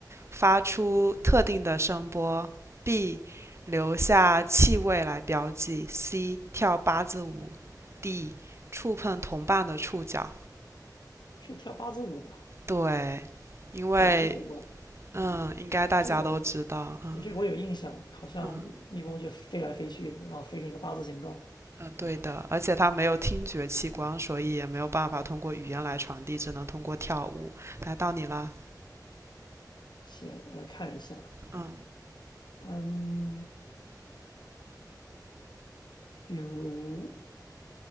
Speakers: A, on the right (about 40°); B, on the left (about 85°).
A: 发出特定的声波；B. 留下气味来标记；C. 跳八字舞；D. 触碰同伴的触角。
B: 是跳八字舞吧？
A: 对，因为
B: 对，这个我
A: 嗯，应该大家都知道，
B: 这个我。
A: 嗯
B: 对，这个我有印象，好像蜜蜂就飞来飞去的，
A: 嗯。
B: 然后飞成一个八字形状。
A: 对的，而且它没有听觉器官，所以也没有办法通过语言来传递，只能通过跳舞。来到你了，
B: 行，我来看一下，
A: 嗯
B: 嗯，比如